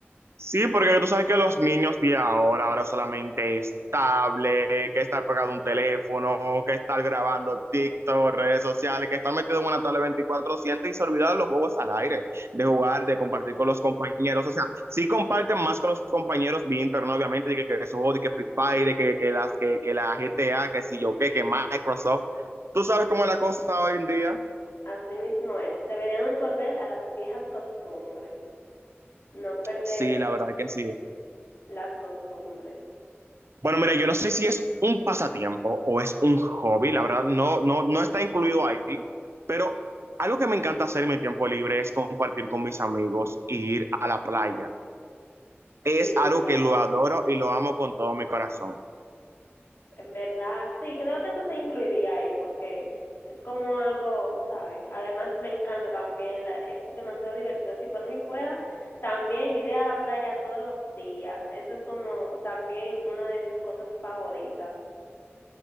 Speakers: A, on the right; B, on the left.
A: Sí, porque tú sabes que los niños de ahora, ahora solamente es tablet, que estar pegado a un teléfono, que estar grabando TikTok, redes sociales, que estar metido en una tablet 24/7 y se olvidaron de los juegos al aire, de jugar, de compartir
B: Sí,
A: con los compañeros. O sea, sí comparten más con los compañeros vía internet, obviamente, de que, que esos juegos, de que Free Fire, de que, que, las, que, que la GTA, que si yo qué, que Microsoft. ¿Tú sabes cómo es la cosa hoy en día?
B: Así mismo es. Deberíamos volver a las viejas costumbres, no perder
A: Sí, la verdad que sí.
B: las costumbres.
A: Bueno, mira, yo no sé si es un pasatiempo o es un hobby, la verdad, no, no, no está incluido ahí, pero algo que me encanta hacer en mi tiempo libre es compartir con mis amigos y ir a la playa. Es
B: Sí,
A: algo
B: sí, claro.
A: que lo adoro y lo amo con todo mi corazón.
B: En verdad, sí, creo que eso se incluiría ahí porque es como algo, ¿sabes? Además, me encanta también, la- es demasiado divertido. Si por mí fuera, también yo iría a la playa todos los días. Eso es como también una de mis cosas favoritas.